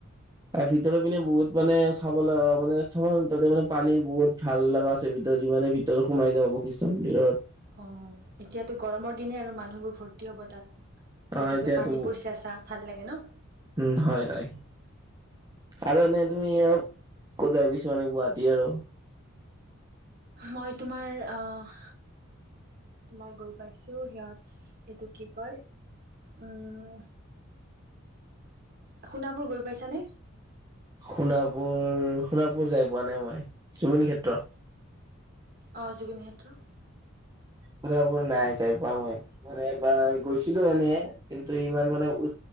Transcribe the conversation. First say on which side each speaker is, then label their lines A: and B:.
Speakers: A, on the right; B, on the right.
A: এ ভিতৰৰ পিনে বহুত মানে চাবলে তাতে মানে পানীৰ বহুত ভাল লগা আছে ভিতৰত যি মানে ভিতৰত সোমাই যাওঁ বশিষ্ট মন্দিৰত ।
B: অঁ! এতিয়াতো গৰমৰ দিনে আৰু মানুহবোৰ ভৰ্তি হ'ব তাত? উম <inaudible>
A: অ
B: যিহেতুকে
A: এতিয়াতো
B: পানীবোৰ চেঁচা। ভাল লাগে ন?
A: উম! হয়-হয় আৰু এনে
B: আচ্ছা।
A: তুমি আৰু ক'ত <unintelligible> মানে কোৱাত <unintelligible> এতিয়া আৰু
B: মই তোমাৰ আহ! মই গৈ পাইছোঁ, সিহঁত এইটো কি কয়? উম! সোণাপুৰ গৈ পাইছানে?
A: সোণাপুৰ! সোণাপুৰ যাই পোৱা নাই মই জুবিন ক্ষেত্ৰ।
B: অ জুবিন ক্ষেত্ৰ।
A: সোণাপুৰ নাই যাই পোৱা মই, মানে একবাৰ গৈছিলোঁ এনে কিন্তু ইমান মানে,